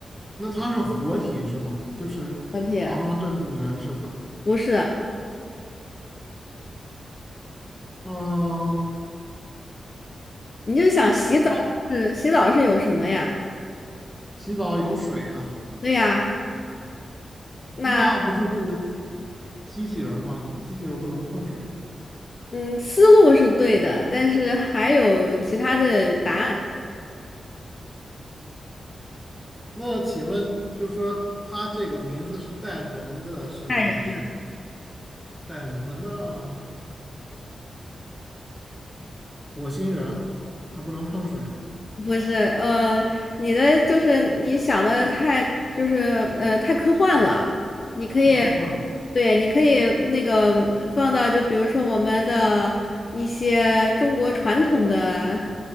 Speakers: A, in the centre; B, on the left.
A: 那他是活体是吗？就是堂堂正正的人是吧？
B: 老铁，不是，
A: 嗯、
B: 你就想洗澡是洗澡是有什么呀？
A: 那他洗澡有水啊，
B: 对呀，那
A: 那不就是机器人儿吗？你机器人儿不能碰水啊。
B: 嗯，思路是对的，但是还有其他的答案。
A: 那请问，就是说他这个名字是带人的是吗？
B: 爱人
A: 还是带人的？那火星人他不能碰水，
B: 不是，呃，你的就是你想的太就是呃太科幻了，你可以，
A: 太科幻了。
B: 对，你可以那个放到就比如说我们的一些中国传统的